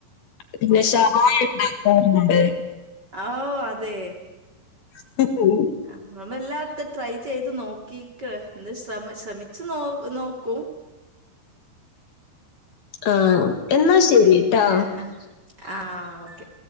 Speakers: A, on the left; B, on the right.
A: പിന്നെ ഷവായ ഇണ്ടാക്കറ്ണ്ട്
B: ഓഹ് അതെ
A: <inaudible>
B: ആഹ് നമ്മളല്ലാതും ട്രൈ ചെയ്ത് നോക്കിക്ക് ന്ത് ശ്രമ ശ്രമിച്ചു നോ നോക്കും
A: ആഹ് എന്നാ ശരി
B: പിന്നെ
A: ട്ടാ
B: ആഹ് ഓക്കെ